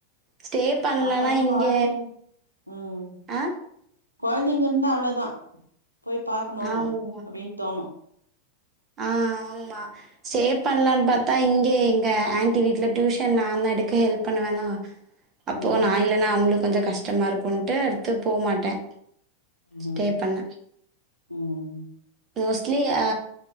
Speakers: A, on the right; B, on the right.
A: ஸ்டே பண்ணலான்னா
B: பாப்பா
A: இங்க
B: கொழந்தைங் ம்
A: அ
B: கொழந்தைங்க இருந்தா அவ்ளோ தா போய் பாக்கணு
A: ஆமா.
B: அப்டின்னு தோணு
A: ஆ ஆமா ஸ்டே பண்ணலான் பாத்தா இங்க எங்க ஆன்டி வீட்ல டியூஷன் நா தா எடுக்க ஹெல்ப் பண்வேனா அப்போ
B: ம்
A: நா இல்லன்னா அவுங்களுக்கு கொஞ்சோ கஷ்ட் கஷ்டமா இருக்குன்ட்டு அடுத்து போக மாட்டே
B: ம்
A: ஸ்டே பண்ண
B: ம்
A: மோஸ்ட்லி ஆ